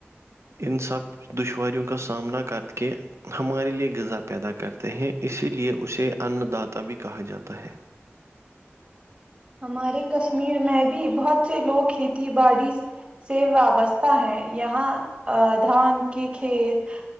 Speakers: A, on the right; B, on the right.
A: ان سب دشواریوں کا سامنا کر کے ہمارے لیے غذا پیدا کرتے ہیں اسی لیے اسے انن داتا بھی کہا جاتا ہے
B: ہمارے کشمیر میں بھی بہت سے لوگ کھیتی باڑی سے وابستہ ہے یہاں دھان کی کھیت